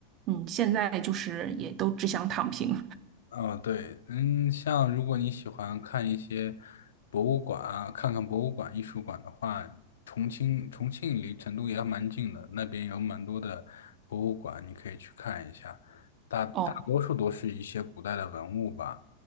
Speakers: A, on the right (about 35°); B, on the left (about 60°).
A: 嗯，现在就是也都只想躺平。
B: 哦，对，嗯，像如果你喜欢看一些博物馆啊，看看博物馆、艺术馆的话，重庆重庆离成都也蛮近的，那边有蛮多的博物馆，你可以去看一下。
A: <laughs>
B: 大大多数都是一些古代的文物吧，
A: 哦，